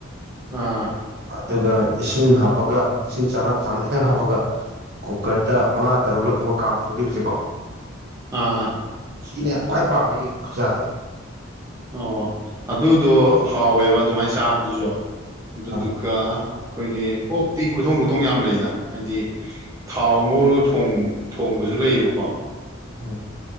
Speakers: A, on the right (about 15°); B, on the right (about 50°).
A: ꯑꯥ
B: ꯑꯗꯨꯒ ꯏꯁꯤꯡ ꯍꯥꯞꯄꯒ ꯏꯁꯤꯡ ꯆꯥꯟꯅꯕ ꯆꯥꯡꯗ ꯈꯤꯇꯪ ꯍꯥꯞꯄꯒ ꯀꯨꯀ꯭ꯔꯗ ꯃꯉꯥ ꯇꯔꯨꯛꯂꯛ ꯀꯨꯝꯕ ꯀꯥꯝ ꯊꯣꯛꯈꯤꯕꯁꯤꯀꯣ
A: ꯑꯥ
B: ꯁꯤꯅꯦ ꯈ꯭ꯋꯥꯏ ꯄꯥꯝꯃꯦ ꯑꯩ ꯈꯨꯆꯥꯗꯤ
A: ꯑꯣ ꯑꯗꯨꯗꯣ ꯍꯥꯎꯋꯦꯕ ꯑꯗꯨꯃꯥꯏꯅ ꯆꯥꯕꯗꯨꯖꯨ ꯑꯗꯨꯗꯨꯒꯥ
B: ꯎꯝ
A: ꯑꯩꯈꯣꯏꯒꯤ ꯑꯣꯛꯇꯤ ꯈꯨꯊꯣꯡ ꯈꯨꯊꯣꯡ ꯌꯥꯝ ꯂꯩꯗ ꯍꯥꯏꯗꯤ ꯊꯥꯎ ꯉꯧꯔꯒ ꯊꯣꯡ ꯊꯣꯡꯕ ꯖꯨ ꯂꯩꯌꯦꯕꯀꯣ
B: ꯎꯝ